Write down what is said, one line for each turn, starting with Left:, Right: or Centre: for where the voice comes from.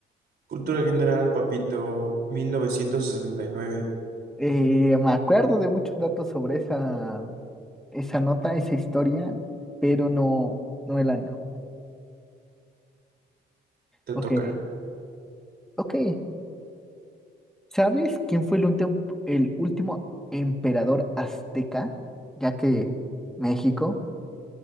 Right: Cultura general, papito, 1969.
Centre: Eh, me acuerdo de muchos datos sobre esa esa nota, esa historia, pero no, no el año.
Right: Te
Centre: Ok,
Right: toca.
Centre: ok. ¿Sabes quién fue el, ultim- el último emperador azteca? Ya que México.